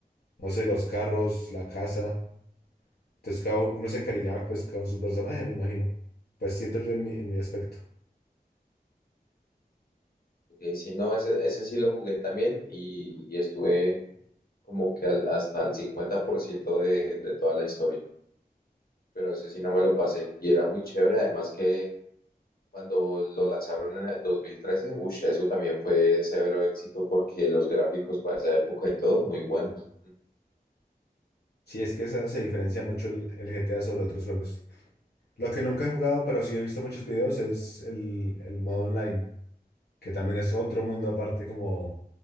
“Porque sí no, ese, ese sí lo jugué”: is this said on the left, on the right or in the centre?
Left